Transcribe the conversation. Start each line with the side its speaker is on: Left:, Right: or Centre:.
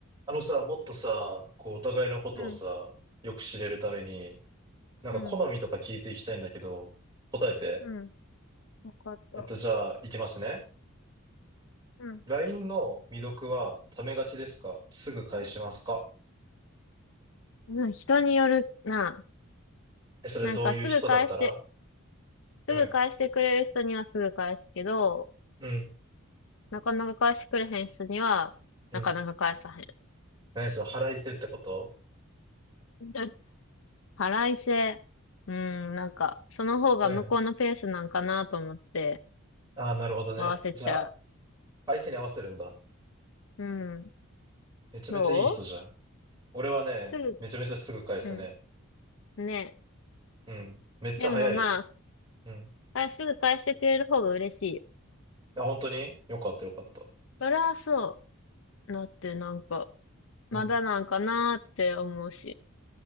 Right: あのさ、もっとさ、こう、お互いのことをさ、
Left: うん、
Right: よく知れるために、なんか好みとか聞いていきたいんだけど、
Left: うん、
Right: 答えて。
Left: うん。わかった。
Right: えっと、じゃあ、いきますね。
Left: うん。
Right: LINE の未読は、ためがちですかすぐ返しますか
Left: うん人によるな。
Right: え、それどういう人だったら
Left: なんかすぐ返して、
Right: うん、
Left: すぐ返してくれる人にはすぐ返すけど、
Right: うん、
Left: なかなか返してくれへん人には、
Right: うん。
Left: なかなか返さへん。
Right: 何それ、腹いせってこと
Left: <laughs> 払いせ、うん、なんか、その方が向こうのペースなんかなと思って、
Right: うん。ああ、なるほどね。
Left: 合わせちゃ
Right: じゃあ、相手に合わせるんだ。
Left: う。うん。
Right: めちゃめちゃいい人じゃん。
Left: どう
Right: 俺はね、
Left: す
Right: めちゃめちゃすぐ返すね。
Left: ぐ、うん。ね。
Right: うん。めっちゃ早いよ。
Left: でもまあ、
Right: うん。
Left: あすぐ返してくれる方が嬉しいよ。
Right: あ、本当によかったよかった。
Left: そりゃそう。だってなんか、まだなんかなーって思うし。
Right: うん